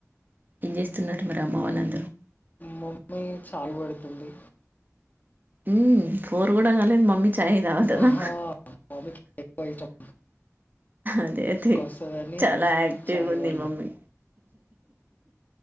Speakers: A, on the right; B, on the left.
A: ఏం చేస్తున్నారు మరి అమ్మ వాళ్ళందరూ
B: మమ్మీ చాయ్ వేడుతుంది
A: ఉమ్ ఫోర్ కూడా కాలేదు మమ్మీ చాయ్ తాగుతదా
B: ఆహా మమ్మీకి ఎక్కువ ఇష్టం
A: అదే అదే
B: వస్తుందని
A: చాలా యాక్టివ్గుంది
B: చాయ్ వల్ల
A: మమ్మీ